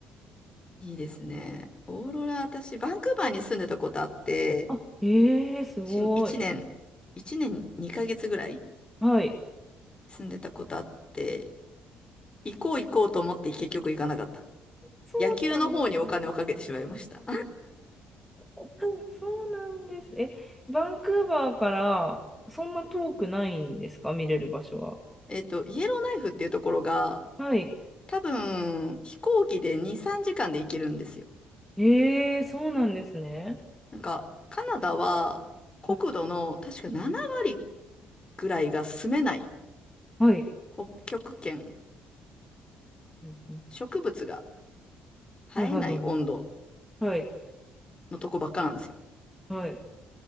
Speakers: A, on the left; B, in the centre.
A: いいですね。オーロラ、私、バンクーバーに住んでたことあって、
B: あ、ええすごい。
A: し一年、一年2ヶ月ぐらい
B: はい。
A: 住んでたことあって、行こう行こうと思って結局行かなかった。
B: そうだったんですね。
A: 野球の方にお金をかけてしまいました。
B: そうそうなんです。え、バンクーバーからそんな遠くないんですか見れる場所は。
A: <laughs> えっと、イエローナイフっていうところが、
B: はい。
A: 多分、飛行機で2、3時間で行けるんですよ。
B: ええそうなんですね。
A: なんか、カナダは国土の確か7割
B: はい。
A: ぐらいが住めない
B: はい。
A: 北極圏、
B: うんうん
A: 植物が生えない温度
B: はいはいはいはい。はい。
A: のとこばっかなんですよ。
B: はい